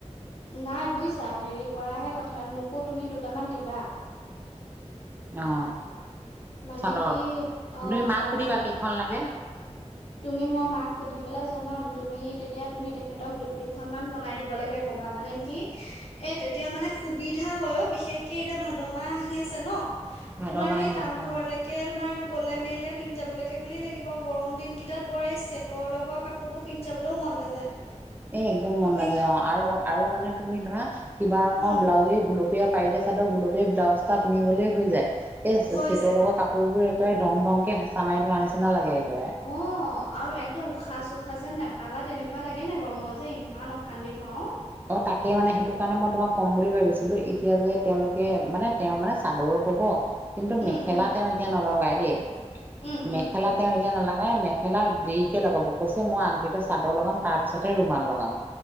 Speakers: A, on the left; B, on the right.
A: নাই বুজিছা হেৰি কৰাহে কথা মোকো তুমি দুটামান দিবা।
B: আহ
A: মানে
B: চাদৰ
A: কি
B: তুুমি
A: অ দিবা
B: মাক সুধিবা
A: চাদৰ
B: কেইখন লাগে।
A: তুমি মই মাক সুধি পেলাই জনাম তুমি তেতিয়া তুমি তেখেতক দুখনমান বনাই দিবলেগে ক কবা মানে কি এ তেতিয়া মানে সুবিধা হয় অ, বিশেষকে এতিয়া ভাদ মাহ আহি আছে ন?
B: ভাদ
A: তোমাৰ
B: মাহ
A: সেই
B: আহি
A: নামঘৰলৈকে
B: আছে অ
A: তোমাৰ গলে মেলিলে পিন্ধি যাবলৈকে বুলি লাগিব গৰম দিন কেই তাত বৰ এই চেটৰ লগৰ কাপোৰ বোৰ পিন্ধি যাবলৈও মন নাযায়।
B: এ একদম মন
A: তুমি
B: নাযায় অ, আৰু আৰু মানে তুমি ধৰা কিবা ৰঙৰ
A: উম
B: ব্লাউজে গুলপীয়া পাৰি দিয়া চাদৰ গুলপীয়া ব্লাউজ এটা পিন্ধি গলেই হৈ যায়। এই
A: হৈ
B: চেটৰ
A: যায়
B: লগা কাপোৰ বোৰ এ দং দমকে হেঁচা মাৰি ধৰা নিচিনা লাগে একেবাৰে।
A: অ আৰু একদম উশাহ চ উশাহ যেন নাপাবা তেনেকুৱা লাগে নাই বাৰু মই যে ইমান অশান্তি পাওঁ।
B: অ তাকে মানে সেইটো কাৰণে মই তোমাক কম বুলি ভাবিছিলো এতিয়া যে তেওঁলোকে মানে তেওঁ মানে চাদৰ ব কিন্তু
A: উম
B: মেখেলা
A: উম
B: তেওঁ এতিয়া নলগাই দেই
A: উম উম
B: মেখেলা
A: উম
B: তেওঁ এতিয়া নালাগা। মেখেলা দেৰিকে লগাব কৈছে মই আগদিনা চাদৰ লগাম তাৰ পিছতে ৰুমাল লগাম।